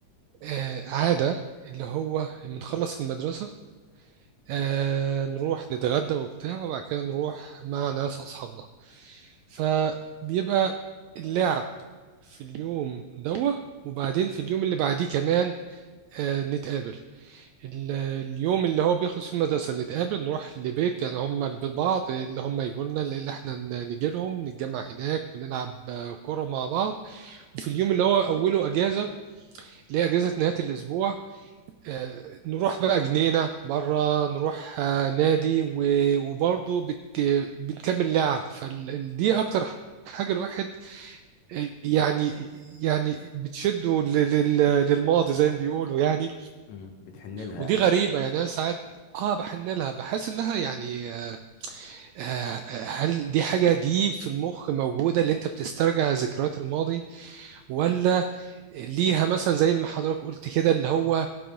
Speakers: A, on the right (about 85°); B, on the left (about 65°).
A: آه عاده اللي هو بنخلص المدرسه آه نروح نتغدى وبتاع وبعد كده نروح مع ناس أصحابنا فبيبقى اللعب في اليوم دوا وبعدين في اليوم اللي بعديه كمان آه نتقابل ال- اليوم اللي هو بيخلص فيه المدرسة نتقابل نروح لبيت يعني هم البيت بعض اللي هم يجوا لنا اللي احنا ن- نجي لهم نتجمع هناك ونلعب آه، كورة مع بعض وفي اليوم اللي هو أوله أجازة اللي هي أجازة نهاية الأسبوع آه، نروح بقى جنينة مرة نروح آه، نادي و- وبرضه بتك... بنكمل لعب فدي أكتر حاجة الواحد آه، يعني يعني بتشده لل- لل- للماضي زي ما بيقولوا يعني
B: مم. بتحن لها
A: ودي
B: يعني
A: غريبة يعني أنا ساعات اه بحن لها بحس انها يعني آه، آه، هل دي حاجة دي في المخ موجودة اللي انت بتسترجع ذكريات الماضي ولا ليها مثلا زي ما حضرتك قلت كده اللي هو